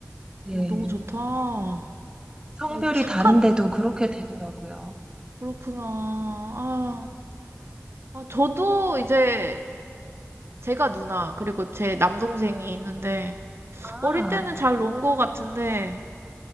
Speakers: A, on the right (about 15°); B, on the right (about 60°).
A: 네.
B: 어, 너무 좋다. 어,
A: 성별이
B: 착한,
A: 다른데도 그렇게 되더라고요.
B: 그렇구나. 아, 아, 저도 이제 제가 누나, 그리고 제 남동생이 있는데,
A: 아,
B: 어릴 때는 잘 논 거 같은데,